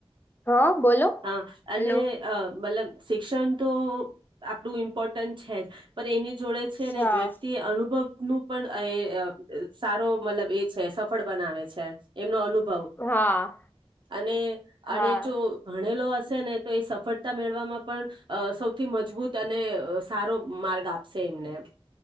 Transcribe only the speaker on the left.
હા. બોલો
હેલો
હા
હા
હા